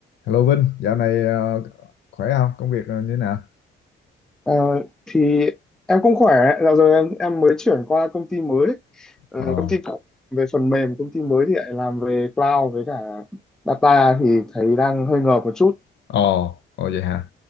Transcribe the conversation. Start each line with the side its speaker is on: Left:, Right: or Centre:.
Left: Hello Vinh, dạo này ờ, khỏe không? Công việc ờ, như thế nào?
Centre: Ờ, thì em cũng khỏe dạo rồi em em mới chuyển qua công ty mới Ờ,
Left: Ờ,
Centre: công ty cũ về phần mềm công ty mới thì lại làm về cloud với cả data thì thấy đang hơi ngợp một chút
Left: ồ, ồ vậy hả?